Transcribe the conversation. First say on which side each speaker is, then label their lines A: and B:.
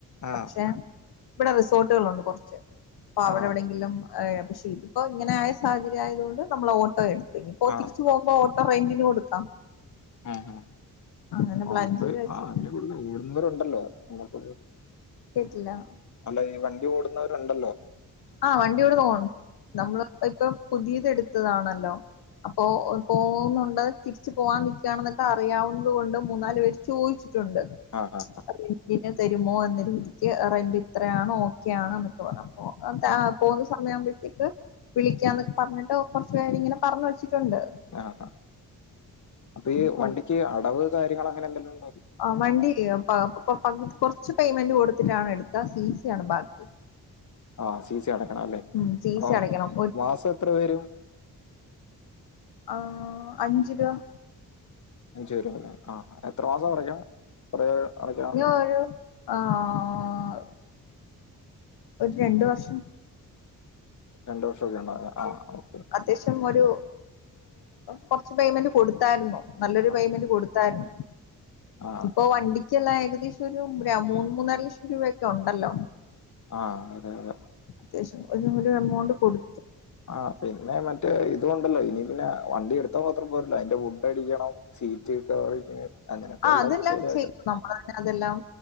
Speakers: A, on the left; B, on the left.
A: ആ
B: പക്ഷേ ഇവിടെ റിസോർട്ടുകള് ഒണ്ട് കൊറച്ച് അപ്പ അവിടെ
A: ആ
B: എവിടെ എങ്കിലും ഏ പക്ഷേ ഇത് ഇപ്പോ ഇങ്ങനെ ആയ സാഹചര്യ ആയത് കൊണ്ട് നമ്മൾ ഓട്ടോ എടുത്ത് ഇനി ഇപ്പോ
A: ആ
B: തിരിച്ച് പോകുമ്പോ ഓ ഇപ്പ റെന്റിന് കൊടുക്കാം
A: ഉം ഉം
B: അങ്ങനെ പ്ലാൻ
A: ഓട്ടോ
B: ചെയ്ത് വെച്ച്
A: ആ അതില് കൂടുന്നേ ഓടുന്നവര് ഒണ്ടല്ലോ <unintelligible>
B: കേട്ടില്ല
A: അല്ല ഈ വണ്ടി ഓടുന്നവര് ഒണ്ടല്ലോ
B: ആഹ് വണ്ടികള് തോണം നമ്മള് ഇപ്പൊ പുതിയത് എടുത്തത് ആണ് അല്ലോ അപ്പോ പോകുന്നുണ്ട് തിരിച്ചു പോവാൻ നിക്കാണെന്നൊക്കെ അറിയാവുന്നത് കൊണ്ട് മൂന്നാല് പേര് ചോയിച്ചിട്ടുണ്ട്
A: ആ ആ ആ,
B: റെന്റിന് തരുമോ എന്ന രീതിക്ക് റെന്റ് ഇത്രയാണോ ഓക്കെ ആണോ എന്നൊക്കെ വേണം പോവാൻ <unintelligible>
A: ആ
B: യാമ്പോഴത്തേക്ക് വിളിക്കാന്നൊക്കെ പറഞ്ഞിട്ട് കൊറച്ചു പേര് ഇങ്ങനെ പറഞ് വെച്ചിട്ടൊണ്ട്
A: ആഹ് ആഹ് അപ്പൊ ഈ
B: കൊഴ
A: വണ്ടിക്ക് അടവ് കാര്യങ്ങള് അങ്ങനെ എന്തെല്ലും
B: ആ വണ്ടി പകുതി കൊറച്ച് പേയ്മെന്റ് കൊടുത്തിട്ടാണ് എടുത്ത സി സി ആണ് ബാക്കി
A: ആഹ സി സി അടക്കണം അല്ലേ
B: ഉം സി
A: അപ്പം
B: സി അടയ്ക്കണം
A: മാസം എത്ര വരും
B: ആഹ് അഞ്ചു രൂപ
A: അഞ്ച് വരു അല്ലേ ആ എത്ര മാസം അടയ്ക്കാം കൊറ അടയ്ക്കാം
B: പ്പോരു ആഹ് ഒരു രണ്ട് വർഷം
A: രണ്ട് വർഷമൊക്കെ ഉണ്ട ആ ഓക്കെ
B: അത്യാവശ്യം ഒരു കൊറച്ച് പേയ്മെന്റ് കൊടുത്തായിരുന്നു നല്ലൊരു
A: ആ
B: പേയ്മെന്റ് കൊടു തായിരുന്നു
A: ആ
B: ഇപ്പൊ വണ്ടി ക്കെല്ലാം ഏകദേശം ഒരു മൂന്ന് മൂന്നരലക്ഷം രുപ ഒക്കെ ഒണ്ടല്ലോ
A: ആഹ് അതെ അതെ
B: അത്യാവശ്യം ഒരു എമൗണ്ട് കൊടു
A: ആ പിന്നെ മറ്റേ ഇതൊണ്ടല്ലോ ഇനി പിന്നെ വണ്ടി എടുത്താ മാത്രം പോരല്ലോ അതിന്റെ വുഡ് അടിക്കണം സീറ്റ് കവറിങ് അങ്ങനെയൊക്കെ
B: ആഹ്
A: എല്ലാം
B: അതെല്ലാം
A: ശരിയാക്കണം.
B: ചെയ്യും നമ്മള് തന്നെ അതെല്ലാം